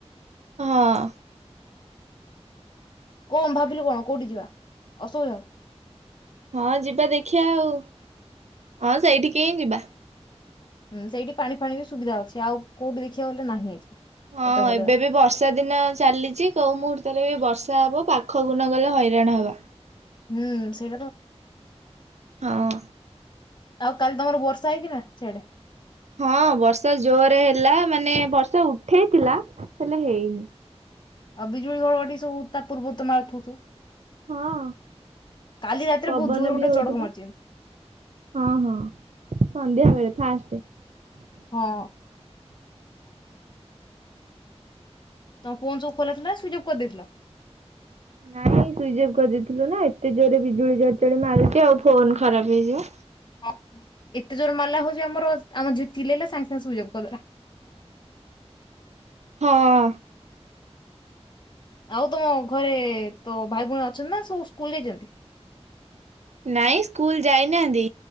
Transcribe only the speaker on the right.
ହଁ।
ହଁ ଯିବା ଦେଖିବା ଆଉ ହଁ ସେଇଠିକ ହିଁ ଯିବା।
ହଁ
ଏବେ
ବି ବର୍ଷା ଦିନ ଚାଲିଛି କେଉ ମୁହୂର୍ତ୍ତରେ ଏ ବର୍ଷା ହବ ପାଖକୁ ନ ଗଲେ ହଇରାଣ ହେବା
ହଉ।
ହଁ ବର୍ଷା ଜୋରରେ ହେଲା ମାନେ ବର୍ଷା ଉଠେଇଥିଲା ହେଲେ ହେଇନି
ହଁ
ପବନ
ବି ହଉଥିଲା
ହଁ ହଁ ସନ୍ଧ୍ୟା ବେଳେ ଫାଷ୍ଟ
ନାଇଁ ସୁଇଚ୍ ଅଫ୍ କରିଦେଇଥିଲୁ ନା ଏତେ ଜୋରରେ ବିଜୁଳି ଝରଝଡି ମାରୁଛି ଆଉ ଫୋନ ଖରାପ ହେଇଯିବ।
ହଁ।
ନାଇଁ ସ୍କୁଲ ଯାଇନାହାନ୍ତି।